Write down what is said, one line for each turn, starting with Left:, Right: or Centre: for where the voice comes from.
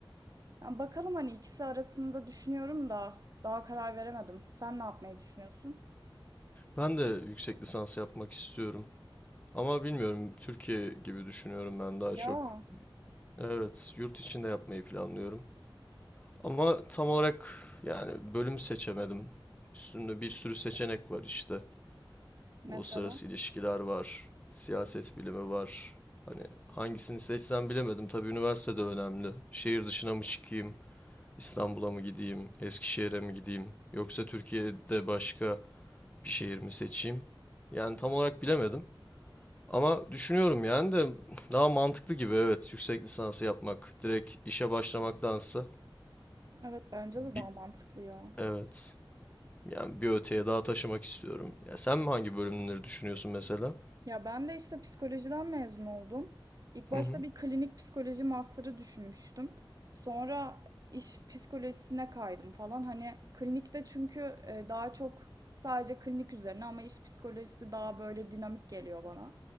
Right: Yani bakalım hani ikisi arasında düşünüyorum da daha karar veremedim. Sen ne yapmayı düşünüyorsun?
Left: Ben de yüksek lisans yapmak istiyorum. Ama bilmiyorum, Türkiye gibi düşünüyorum ben daha
Right: Ya
Left: çok. Evet, yurt içinde yapmayı planlıyorum. Ama tam olarak yani bölüm seçemedim. Üstünde bir sürü seçenek var işte.
Right: mesela.
Left: Uluslararası ilişkiler var. Siyaset bilimi var. Hani hangisini seçsem bilemedim. Tabii üniversite de önemli. Şehir dışına mı çıkayım? İstanbul'a mı gideyim? Eskişehir'e mi gideyim? Yoksa Türkiye'de başka bir şehir mi seçeyim? Yani tam olarak bilemedim. Ama düşünüyorum yani de <laughs> daha mantıklı gibi evet yüksek lisansı yapmak direkt işe başlamaktansa
Right: Evet bence de daha
Left: bir,
Right: mantıklı ya.
Left: evet yani bir öteye daha taşımak istiyorum. Ya sen mi hangi bölümleri düşünüyorsun mesela?
Right: Ya ben de işte psikolojiden mezun oldum. İlk başta
Left: Hı hı.
Right: bir klinik psikoloji master'ı düşünmüştüm. Sonra iş psikolojisine kaydım falan. Hani klinikte çünkü e, daha çok sadece klinik üzerine ama iş psikolojisi daha böyle dinamik geliyor bana.